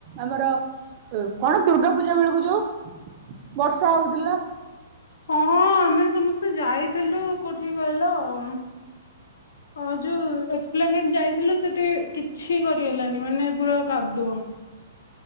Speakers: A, on the right (about 40°); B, on the left (about 75°).
A: ଆମର ଉ କଣ ଦୁର୍ଗା ପୂଜା ବେଳୁକୁ ଯୋଉ ବର୍ଷା ହଉଥୁଲା।
B: ହଁ ଆମେ ସମସ୍ତେ ଯାଇଥିଲୁ କୋଉଠି କହିଲ ଉଁ ହଁ ଯୋଉ ଏ ପ୍ଲାନେଡ଼୍ ଯାଇଥିଲୁ ସେଠି କିଛି କରିହେଲାନି ମାନେ ପୁରା କାଦୁଅ।